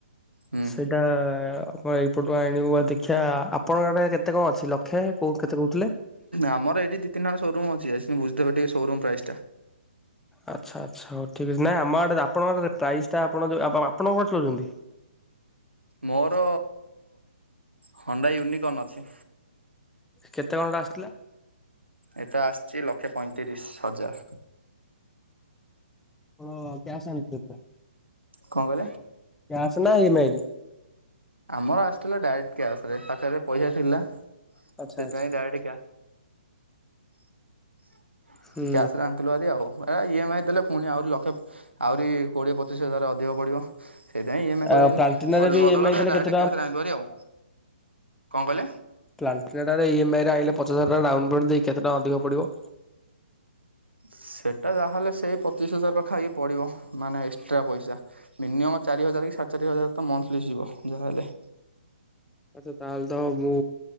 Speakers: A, on the right (about 80°); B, in the centre.
A: ହୁଁ
B: ସେଇଟା। ହଁ ଏଇପଟୁ ଆଣିବୁ ବା ଦେଖିବା ଆପଣଙ୍କ ଆଡେ କେତେ କଣ ଅଛି ଲକ୍ଷେ କୋଉ କେତେ କ
A: ଆମର ଏଇଠି ଦି ତିନିଟା ଖଣ୍ଡେ ସୋରୁମ ଅଛି ଆଶିକିନି ବୁଝଦେବେ ଟିକେ ସୋରୁମ ପ୍ରାଇସ୍ ଟା।
B: ଆଚ୍ଛା ଆଚ୍ଛା ହଉ ଠିକ ଅଛି ନାଇଁ ଆମ ଆଡେ ଆପଣଙ୍କ ଆଡେ ପ୍ରାଇସ୍ ଟା ଆପଣ ଯୋଉ ଆପଣ କଣ ଗାଡି ଚଲଉଛନ୍ତି।
A: ମୋର ହୋଣ୍ଡା ୟୁନିକନ ଅଛି।
B: କେତେ କଣ ସେଟା ଆସିଥିଲା।
A: ଏଟା ଆସିଛି ଲକ୍ଷେ ପଇଁତିରିଶ ହଜାର।
B: ଓ କ୍ୟାଶ ଆଣିଥିଲେ। ପୁରା।
A: କଣ କହିଲେ।
B: କ୍ୟାସ ନା ଇ ମା ଇ ରେ।
A: ଆମର ଆସିଥିଲା ଡାଇରେକ୍ଟ କ୍ୟାସ ରେ ପାଖରେ ପଇସା ଥିଲା। ସେଥି
B: ଆଚ୍ଛା ଆଚ୍ଛା
A: ପାଇଁ ଡାଇରେକ୍ଟ କ୍ୟାସ।
B: ହୁଁ
A: କ୍ୟାସରେ ଆଣିଥିଲୁ ହାରି ଆଉ ଏରା ଇ ଏମ୍ ଆଇ ଦେଲେ ପୁଣି ଆହୁରି। ଲକ୍ଷେ ଆହୁରି କୋଡ଼ିଏ ପଚିଶ ହଜାର ଅଧିକ ପଡ଼ିବ। ସେଇଥିାଇଁ ଇ ଏମ ଆଇ କଲିନି
B: ଆଉ ପ୍ଲାଣ୍ଟିନାରେ
A: କହିଲୁ
B: ବି
A: ବଦଳରେ
B: ଇଏମଆଇ ଦେଲେ
A: ଡାଇରେକ୍ଟ
B: କେତେ
A: କ୍ୟାସରେ ଆଣିଲୁ ଭାରି ଆଉ। କଣ କହିଲେ?
B: ପ୍ଲାନଟିନା ଟା ରେ ଇ ଏମ୍ ଆଇ ରେ ଆଣିଲେ ପଚାଶ ହଜାର ଟଙ୍କା ଡାଉନ୍ପେମେଣ୍ଟ ଦେଇକି କେତେ ଟଙ୍କା। ଅଧିକ ପଡିବ।
A: ସେଟା ଯାହାହେଲେ ସେଇ ପଚିଶ ହଜାର ପାଖା ପାଖି ପଡିବ ମାନେ ଏକ୍ସଟ୍ରା ପଇସା। ମିନିମମ୍ ଚାରି ହଜାର କି ସାଢେ ଚାରି ହଜାର ତ ମନ୍ଥଲି ଯିବ ଯାହାହଲେ।
B: ଆଛା ତାହେଲେ ତ ମୁଁ